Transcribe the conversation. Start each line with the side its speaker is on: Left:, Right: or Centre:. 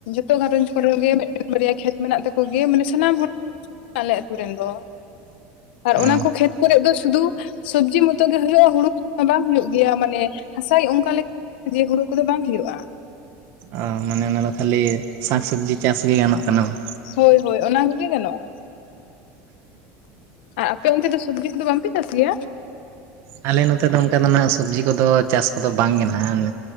Left: ᱛᱚ ᱜᱷᱟᱸᱨᱚᱧᱡᱽ ᱠᱚᱨᱮᱱ ᱜᱮ ᱢᱤᱜᱮᱱ ᱵᱟᱨᱭᱟ ᱠᱷᱮᱛ ᱢᱮᱱᱟᱜ ᱛᱟᱠᱚ ᱜᱮ ᱢᱟᱱᱮ ᱥᱟᱱᱟᱢ ᱦᱚ ᱟᱞᱮ ᱟᱹᱛᱩ ᱨᱮᱱ ᱫᱚ᱾ ᱟᱨ ᱚᱱᱟ
Right: ᱚ
Left: ᱠᱚ ᱠᱷᱮᱛ ᱠᱚᱨᱮᱜ ᱫᱚ ᱥᱩᱫᱷᱩ ᱥᱚᱵᱽᱡᱤ ᱢᱚᱛᱚ ᱜᱮ ᱦᱩᱭᱩᱜᱼᱟ, ᱦᱩᱲᱩ ᱵᱟᱝ ᱦᱩᱭᱩᱜ ᱜᱮᱭᱟ ᱢᱟᱱᱮ ᱦᱟᱥᱟᱭ ᱚᱝᱠᱟ ᱞᱮᱠ ᱡᱮ ᱦᱩᱲᱩ ᱠᱚᱫᱚ ᱵᱟᱝ ᱦᱩᱭᱩᱜᱼᱟ᱾
Right: ᱚ ᱢᱟᱱᱮ ᱚᱱᱟ ᱫᱚ ᱠᱷᱟᱹᱞᱤ ᱥᱟᱠ ᱥᱚᱵᱽᱡᱤ ᱪᱟᱥ ᱜᱮ ᱜᱟᱱᱚᱜ ᱠᱟᱱᱟ ᱵᱟᱝ?
Left: ᱦᱳᱭ ᱦᱳᱭ ᱚᱱᱟ ᱠᱚᱜᱮ ᱜᱟᱱᱚᱜᱼᱟ ᱟ ᱯᱮ ᱚᱱᱛᱮ ᱫᱚ ᱥᱚᱵᱽᱡᱤ ᱠᱚᱫᱚ ᱵᱟᱝᱯᱮ ᱪᱟᱥ ᱜᱮᱭᱟ?
Right: ᱟᱞᱮ ᱱᱚᱛᱮ ᱫᱚ ᱚᱱᱠᱟ ᱫᱚ ᱱᱟᱜ ᱥᱚᱵᱽᱡᱤ ᱠᱚᱫᱚ ᱪᱟᱥ ᱠᱚᱫᱚ ᱵᱟᱝ ᱜᱮ ᱱᱟᱦᱟᱜ᱾